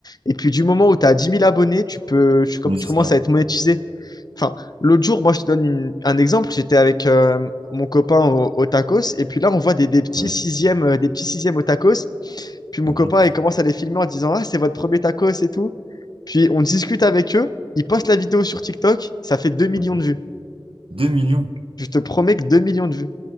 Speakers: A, on the left; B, on the right.
A: Et puis, du moment où tu as 10 000 abonnés, tu peux, tu, com-
B: Oui,
A: tu
B: c'est
A: commences
B: ça.
A: à être monétisé. Enfin, l'autre jour, moi, je te donne une- un exemple. J'étais avec euh, mon copain au, au tacos. Et puis là, on voit des, des petits
B: Ouais,
A: sixièmes, euh, des petits sixièmes au tacos puis mon
B: ok.
A: copain, il commence à les filmer en disant Ah, c'est votre premier tacos et tout. Puis on discute avec eux. Ils postent la vidéo sur TikTok. Ça fait 2 millions
B: ok.
A: de vues.
B: 2 millions.
A: Je te promets que 2 millions de vues.